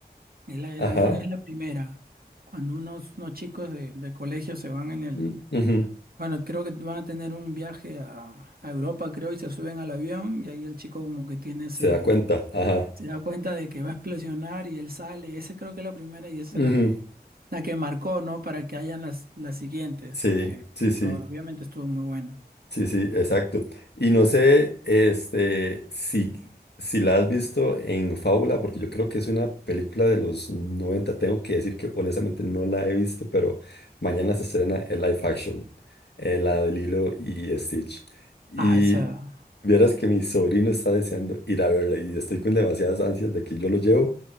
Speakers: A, on the right; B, on the left.
A: El, el
B: Ajá.
A: avión es la primera. Cuando unos, unos chicos de, de colegio se van en el...
B: Mm, ujú,
A: Bueno, creo que van a tener un viaje a, a Europa, creo, y se suben al avión y ahí el chico como que tiene ese...
B: Se da cuenta. Ajá.
A: Se da cuenta de que va a explosionar y él sale. Esa creo que es la primera y esa
B: ujú,
A: es la que, la que marcó, ¿no? Para que hayan las, las siguientes,
B: Sí,
A: porque
B: sí, sí.
A: o sea, obviamente estuvo muy buena.
B: Sí, sí, exacto. Y no sé, este, si, si la has visto en Fábula, porque yo creo que es una película de los 90. Tengo que decir que honestamente no la he visto, pero mañana se estrena el live action, eh, la de Lilo y Stitch. Y
A: Ah, esa...
B: vieras que mi sobrino está deseando ir a verla y estoy con demasiadas ansias de que yo lo llevo,